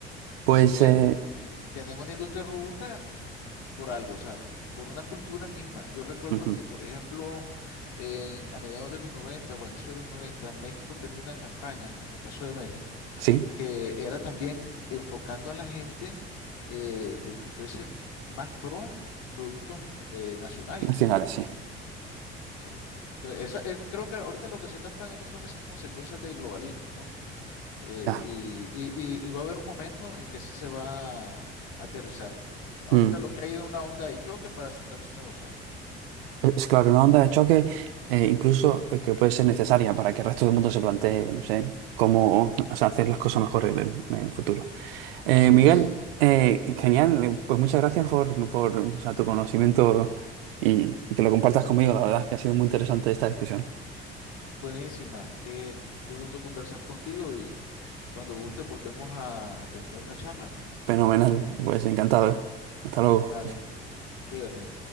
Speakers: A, on the right (about 65°); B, on the left (about 60°).
A: Pues
B: así es.
A: eh,
B: Ti- Tienen una industria robusta por algo, o sea, por una cultura misma. Yo recuerdo
A: Ujú.
B: que, por ejemplo, en- a mediados de los 90 o a inicios de los 90 México tenía una campaña, en el caso de México
A: Sí,
B: que era también enfocando a la gente eh, de que fuese m- más pro productos eh, nacionales.
A: nacionales, sí.
B: O sea, entonces, esa- eh, creo que ahorita lo que se están pagando son esas consecuencias del globalismo, ¿no? Eh,
A: Ya.
B: y, y- y- y va a haber un momento en que sí se va a aterrizar. Ahorita
A: Mm.
B: lo que hay es una onda de choque para sentarse a negociar.
A: Es claro, una onda de choque eh, incluso eh, que puede ser necesaria para que el resto del mundo se plantee, no sé, cómo o sea, hacer las cosas mejor en el, en el futuro. Eh,
B: Así
A: Miguel,
B: es.
A: eh, genial, eh, pues muchas gracias por, por, o sea, tu conocimiento y, y que lo compartas conmigo. La verdad es que ha sido muy interesante esta discusión.
B: Buenísima. Qué, qué gusto conversar contigo y cuando gustes volvemos a a tener una charla.
A: Fenomenal, pues encantado. Hasta luego.
B: Vale, cuídate.